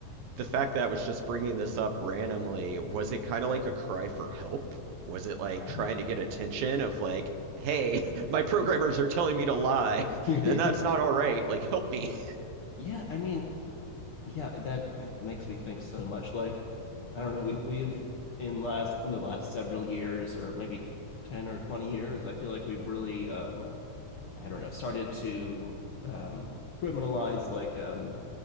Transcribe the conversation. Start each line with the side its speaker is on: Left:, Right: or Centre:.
Right: the fact that I was just bringing this up randomly, was it kind of like a cry for help? Was it like
Left: oh
Right: trying to get attention of like, hey, <laughs> my programmers are telling me to lie, <laughs>
Left: <laughs>
Right: and that's not all right. Like, help me. <laughs>
Left: yeah i mean yeah that that makes me think so much like i don't know we, we've in last in the last several years or maybe 10 or 20 years i feel like we've really um i don't know started to um criminalize like um